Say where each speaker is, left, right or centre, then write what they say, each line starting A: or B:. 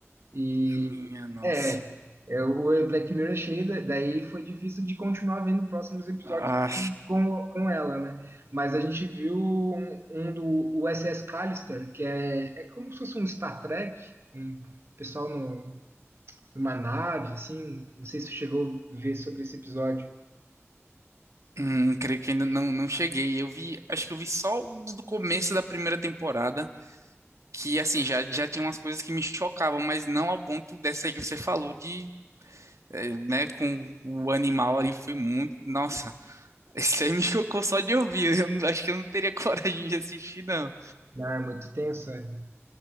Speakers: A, on the right; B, on the right.
A: E
B: Minha nossa.
A: é, é, o Black Mirror é cheio, da- daí foi difícil de continuar vendo próximos episódios
B: Ah,
A: com, com ela, né? Mas a gente viu um, um do USS Callister, que é, é como se fosse um Star Trek, um pessoal no, numa nave, assim. Não sei se você chegou a ver sobre esse episódio.
B: hum, creio que ainda não, não cheguei. Eu vi, acho que eu vi só os do começo da primeira temporada, que assim, já, já tinha umas coisas que me chocavam, mas não ao ponto dessa aí que você falou de é, né, com o animal ali foi muito. Nossa, <laughs> isso aí me chocou só de ouvir. Eu não- acho que eu não teria <laughs> coragem de assistir, não.
A: ah é muito tenso, é.